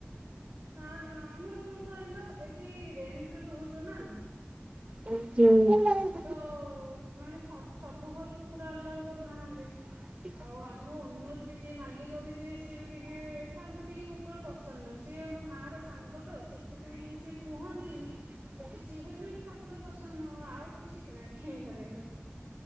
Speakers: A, on the right (about 85°); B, on the right (about 30°).
A: ନା ନା ଆମର କଣ କହିଲ ଏଇଠି ରେଣ୍ଟରେ ରହୁଛୁ ନା।
B: ହୁଁ।
A: ତ ମାନେ ସ ସବୁ ଘରୁ କୁକୁର ଆଲ୍ଲାଓ କରୁନାହାନ୍ତି।
B: <unintelligible>
A: ଆଉ ଆମ ଓନର ବି ଯିଏ ମାଲିକ ବି ଯିଏ ସିଏ ବି ଟିକେ ତାଙ୍କୁ ଟିକେ କୁକୁର ପସନ୍ଦ ନୁହଁ ସିଏ ମୋ ମାର ସାଙ୍ଗ ତ ସେଥିପାଇଁ ସେ କୁହନ୍ତିନି।
B: <unintelligible>
A: କିଛି ହେଲେ ବି ତାଙ୍କର ପସନ୍ଦ ନୁହଁ ଆଉ କିଛି କି ନାହିଁ କି ଘରେ।